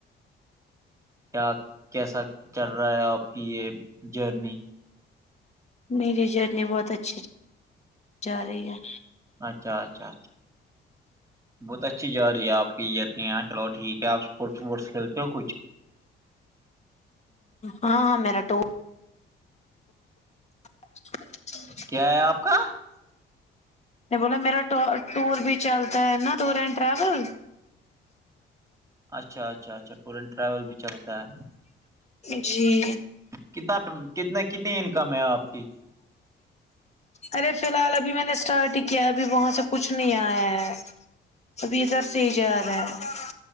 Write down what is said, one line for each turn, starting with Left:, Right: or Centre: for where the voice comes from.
Right: کیا کیسا چل رہا ہے آپ کی یہ جرنی
Left: میری جرنی بہت اچھی جا رہی ہے
Right: اچھا اچھا اچھ بہت اچھی جا رہی ہے آپ کی یہ نہیںاں چلو ٹھیک ہے آپورٹس وورٹس کھیلتے ہو کھ
Left: ہاں ہاں میرا ٹ <inaudible>
Right: کیا ہے آپ کا
Left: بولا میرا ٹور بھی چلتا ہے نا ٹور اینڈ ٹریول
Right: اچھا اچھا اچھا ٹور این ٹریول بھی چلتا ہے
Left: جی
Right: کتنا کتنا کتنی انکم ہے آپ کی
Left: ارے فی الحال ابھی میں نے اسٹارٹ ہی کیا ابھی وہاں سے کچھ نہیں آیا ہے ابھی ادھر سے ہی جا رہا ہے